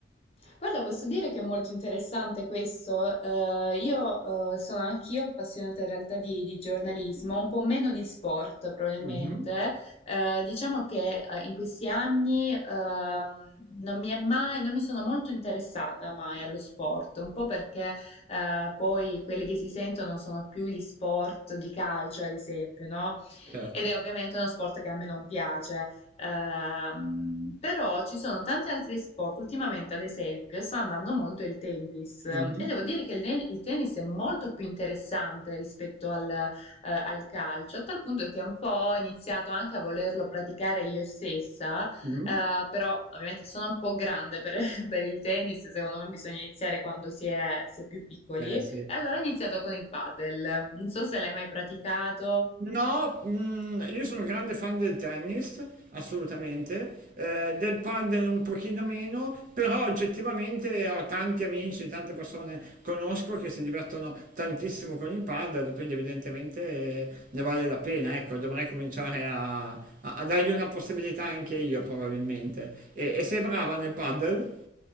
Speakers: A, on the left; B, on the right.
A: Guarda, posso dire che è molto interessante questo. Eh, io eh, sono anch'io appassionata in realtà di, di giornalismo, un po' meno di sport probabilmente.
B: Mhm,
A: Eh, diciamo che eh, in questi anni ehm, non mi è mai, non mi sono molto interessata mai allo sport, un po' perché eh, poi quelli che si sentono sono più gli sport di calcio, ad esempio, no?
B: certo.
A: ed è ovviamente uno sport che a me non piace. Ehm, però ci sono tanti altri sport, ultimamente ad esempio sta andando molto il tennis e
B: Mhm,
A: devo dire che il, ne- il tennis è molto più interessante rispetto al, eh, al calcio, a tal punto che un po' ho iniziato anche a volerlo praticare io stessa,
B: mhm.
A: eh, però ovviamente sono un po' grande per, <laughs> per il tennis, secondo me bisogna iniziare quando si è, si è più piccoli.
B: Eh
A: E
B: sì.
A: allora ho iniziato con il padel. Non so se l'hai mai praticato.
B: No, mm, io sono un grande fan del tennis, assolutamente, eh, del padel un pochino meno, però oggettivamente ho tanti amici, tante persone conosco che si divertono tantissimo con il padel, quindi evidentemente eh, ne vale la pena, ecco, dovrei cominciare a, a- a dargli una possibilità anche io probabilmente. E, e sei brava nel padel?